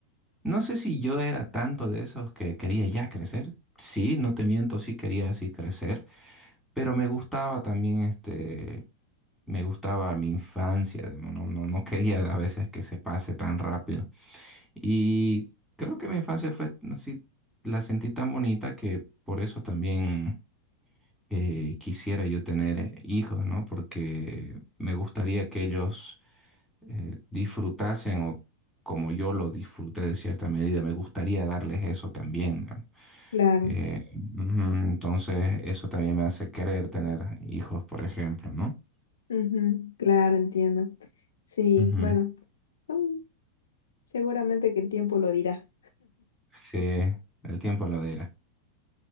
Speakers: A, in the centre; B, on the left.
A: no sé si yo era tanto de esos que quería ya crecer. Sí, no te miento, sí quería así crecer, pero me gustaba también este, me gustaba mi infancia, digamos, no, no, no quería a veces que se pase tan rápido. Y creo que mi infancia fue así, la sentí tan bonita que por eso también. eh, quisiera yo tener hijos, ¿no? Porque me gustaría que ellos eh, disfrutasen o como yo lo disfruté de cierta medida, me gustaría darles eso también, ¿no?
B: Claro,
A: Eh, ujú, entonces, eso también me hace querer tener hijos, por ejemplo, ¿no?
B: ujú, claro, entiendo. Sí,
A: Ujú.
B: bueno, mm, seguramente que el tiempo lo dirá.
A: Sí, el tiempo lo dirá.